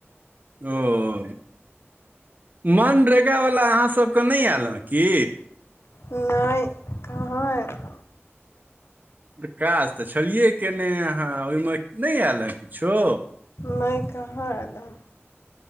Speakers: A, on the right; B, on the left.
A: ओ मनरेगावला अहाँ सभके नहि आयल हँ की?
B: नहि कहाॅं एलह।
A: पर काज तऽ छलियै कने अहाँ ओहिमे नहि आयल हे किछो।
B: नहि कहाँ ऐल ए।